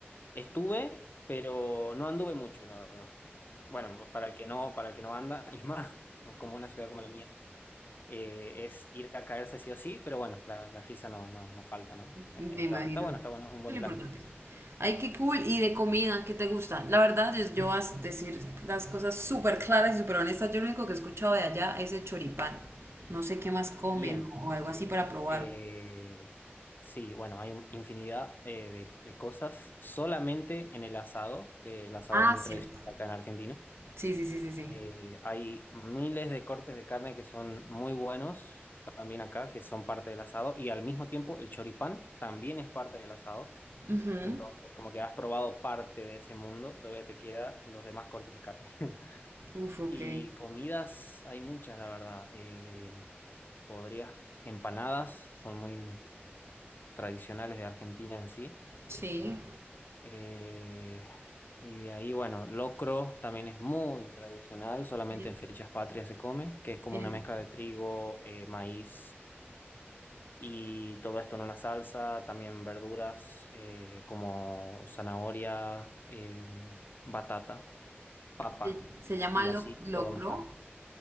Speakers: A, on the left (about 50°); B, on the right (about 80°).
A: Estuve, pero no anduve mucho, la verdad. Bueno, para el que no, para el que no anda, <laughs> y más, como una ciudad como la mía, eh, es ir a caerse sí o sí, pero bueno, la, la risa no, no, no falta, ¿no?
B: Me
A: Eh, Está,
B: imagino.
A: está bueno,
B: Eso
A: está bueno, es un buen
B: es lo importante.
A: plan.
B: Ay, qué cool. ¿Y de comida? ¿Qué te gusta? La verdad, yo, yo voy a decir las cosas súper claras y súper honestas. Yo lo único que he escuchado de allá es el choripán. No sé qué más comen
A: Bien.
B: o algo así para probar.
A: Eh, sí, bueno, hay un- infinidad eh, de, de cosas solamente en el asado, que el asado
B: Ah,
A: es muy
B: cierto.
A: tradicional acá en Argentina.
B: Sí, sí, sí, sí, sí.
A: Eh, hay miles de cortes de carne que son muy buenos también acá, que son parte del asado, y al mismo tiempo el choripán también es parte del asado.
B: Ujú.
A: Entonces, como que has probado parte de ese mundo, todavía te quedan los demás cortes de carne. <laughs>
B: Uf, ok.
A: Y comidas hay muchas, la verdad. Eh, podrías, empanadas son muy, tradicionales de Argentina en sí.
B: Sí.
A: Eh, y de ahí, bueno, locro también es muy tradicional, solamente
B: El,
A: en fechas patrias se come, que es como
B: el-
A: una mezcla de trigo, eh, maíz y todo esto en una salsa, también verduras eh, como zanahoria, eh, batata, papa
B: se se llama
A: y así,
B: lo- locro.
A: todo mezclado.